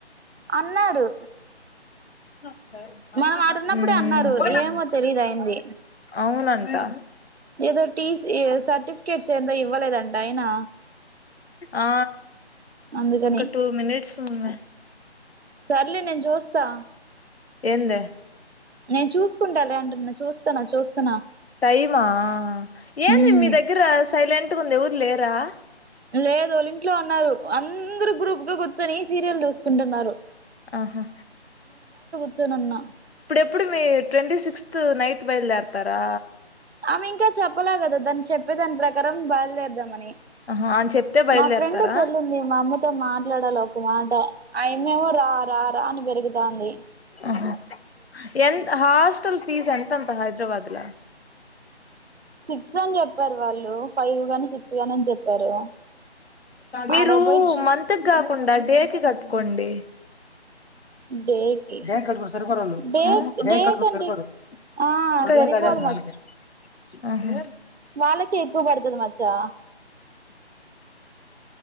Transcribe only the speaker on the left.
హు
అవునంటా
ఆ
ఇంకా టూ మనిట్స్ ఉన్నాయి
ఎందే
టైమా ఏంది
మీ దగ్గర సైలెంట్ ఉంది ఎవరు లేరు రా
ఆహా
ప్పుడు మీ ట్వంటీ సిక్స్త్ నైట్ బయలుదేరతారా
ఆహా అని చెప్తే బయలుదేరతారా
ఆ హ ఎంత హాస్టల్ ఫీస్ ఎంత ఉంటది హైదరాబాద్ ల
మీరు
మంత్ కి కాకుండా డేకి కట్టుకోండి
బ్యాంక్ళ్ళ కాబట్టి సరిపోరు వాళ్ళు
బ్యాంక్ళ్ళ
కాబట్టి సరిపోరు
<unintelligible>
ఆహా